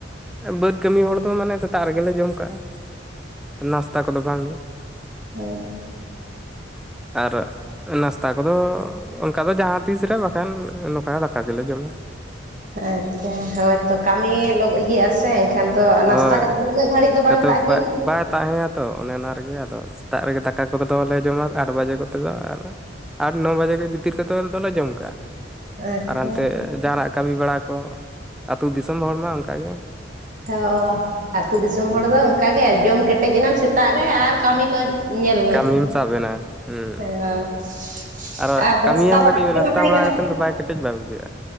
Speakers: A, in the centre; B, on the right.
A: ᱵᱟᱹᱫ ᱠᱟᱹᱢᱤ ᱦᱚᱲ ᱫᱚ ᱢᱟᱱᱮ ᱥᱮᱛᱟᱜ ᱨᱮᱜᱮᱞᱮ ᱡᱚᱢ ᱠᱟᱜᱼᱟ ᱱᱟᱥᱛᱟ ᱠᱚᱫᱚ ᱵᱟᱝ ᱜᱮ᱾
B: ᱟᱪᱪᱷᱟ
A: ᱟᱨ ᱱᱟᱥᱛᱟ ᱠᱚᱫᱚ ᱚᱝᱠᱟ ᱫᱚ ᱡᱟᱦᱟᱸ ᱛᱤᱥ ᱨᱮ ᱵᱟᱠᱷᱟᱱ ᱱᱚᱠᱟ ᱫᱟᱠᱟ ᱜᱮᱞᱮ ᱡᱚᱢᱟ᱾
B: ᱟᱪᱪᱷᱟ ᱦᱳᱭᱛᱚ ᱠᱟᱹᱢᱤᱭᱮ ᱞᱚ ᱤᱭᱟᱹᱜ ᱟᱥᱮ᱾ ᱮᱱᱠᱷᱟᱱ ᱫᱚ ᱱᱟᱥᱛᱟ
A: ᱦᱳᱭ
B: ᱠᱟᱛᱮᱫ ᱫᱚ ᱩᱱᱟᱹᱜ ᱜᱷᱟᱹᱲᱤᱡ ᱫᱚ ᱵᱟᱝ
A: ᱟᱫᱚ
B: ᱛᱟᱦᱮᱸᱱ ᱦᱩᱭᱩᱜ
A: ᱵᱟᱭ ᱛᱟᱦᱮᱸᱭᱮᱛ ᱛᱚ ᱚᱱᱮ ᱚᱱᱟ ᱨᱮᱜᱮ ᱟᱫᱚ ᱥᱮᱛᱟᱜ ᱨᱮᱜᱮ ᱫᱟᱠᱟ ᱠᱚᱫᱚ ᱫᱚᱞᱮ ᱡᱚᱢᱟ ᱟᱴ ᱵᱟᱡᱮ ᱠᱚᱛᱮ ᱫᱚ ᱟᱨ ᱟᱴ ᱱᱚ ᱵᱟᱡᱮ ᱜᱮ ᱵᱷᱤᱛᱤᱨ ᱛᱮᱫᱚ ᱫᱚᱞᱮ ᱡᱚᱢ ᱠᱟᱜᱼᱟ᱾
B: ᱟᱪᱪᱷᱟ
A: ᱟᱨ ᱦᱟᱱᱛᱮ ᱡᱟᱦᱟᱱᱟᱜ ᱠᱟᱹᱢᱤ ᱵᱟᱲᱟ ᱠᱚ ᱟᱛᱩ ᱫᱤᱥᱚᱢ ᱦᱚᱲᱢᱟ ᱚᱱᱠᱟ ᱜᱮ᱾
B: ᱦᱳᱭ ᱟᱹᱛᱩ ᱫᱤᱥᱚᱢ
A: ᱦᱩᱸ
B: ᱦᱚᱲ ᱫᱚ ᱚᱱᱠᱟ ᱜᱮ ᱡᱚᱢ ᱠᱮᱴᱮᱡ ᱮᱱᱟᱢ ᱥᱮᱛᱟᱜ ᱨᱮ ᱟᱨ ᱠᱟᱹᱢᱤ ᱠᱚ ᱧᱮᱞ ᱢᱮ
A: ᱠᱟᱹᱢᱤᱢ ᱥᱟᱵ ᱮᱱᱟ ᱦᱩᱸ
B: ᱟᱪ
A: ᱟᱨᱚ
B: ᱟᱨ ᱱᱟᱥᱛᱟ
A: ᱠᱟᱹᱢᱤᱭᱟᱢ
B: ᱵᱟᱲᱟ
A: ᱠᱟᱹᱴᱤᱡ
B: ᱠᱟᱛᱮ
A: ᱱᱟᱥᱛᱟ
B: ᱢᱟ ᱵᱟᱭ
A: ᱵᱟᱲᱟ
B: ᱜᱟᱱᱚᱜ
A: ᱠᱟᱛᱮᱫ ᱫᱚ ᱵᱟᱭ ᱠᱮᱴᱮᱡ ᱵᱟᱭ ᱵᱩᱡᱷᱟᱹᱜᱼᱟ